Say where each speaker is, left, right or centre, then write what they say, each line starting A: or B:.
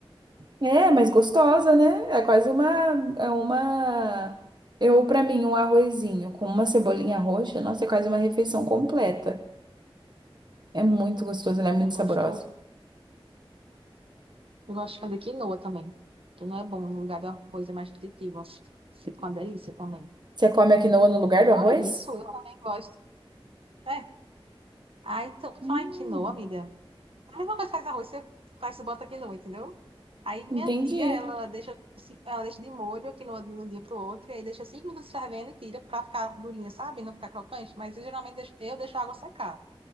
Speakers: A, on the right; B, on the right.
A: É, mas gostosa, né? É quase uma, é uma, eu pra mim um arrozinho com uma cebolinha roxa, nossa, é quase uma refeição completa. É muito gostoso, ela é muito
B: É gostoso.
A: saborosa.
B: Eu gosto de fazer quinoa também. Quinoa é bom, no lugar do arroz é mais nutritivo. Fica uma delícia também.
A: Você come a quinoa no lugar
B: Falar
A: do arroz?
B: nisso, eu também gosto. É. Aí, tu fala
A: Hum,
B: em quinoa, amiga. Aí, uma vez faz arroz, você faz, você bota quinoa, entendeu? Aí, minha
A: entendi.
B: tia, ela deixa, assim- ela deixa de molho a quinoa de um dia pro outro, e aí deixa cinco minutos fervendo e tira pra ficar durinha, sabe? Não ficar crocante. Mas eu geralmente deixo, eu deixo a água secar,